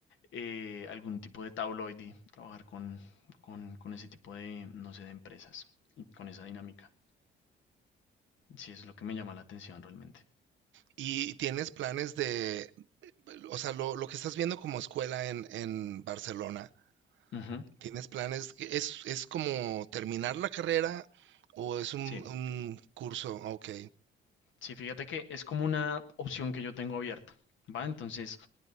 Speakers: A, on the left; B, on the right.
A: eh, algún tipo de tabloide, trabajar con, con, con ese tipo de, no sé, de empresas y con esa dinámica. Sí, es lo que me llama la atención realmente.
B: ¿Y tienes planes de, o sea, lo, lo que estás viendo como escuela en, en Barcelona,
A: Ujú,
B: ¿tienes planes? ¿Es, es como terminar la carrera o es un,
A: Sí.
B: un curso? Ok.
A: Sí, fíjate que es como una opción que yo tengo abierta, ¿va? Entonces,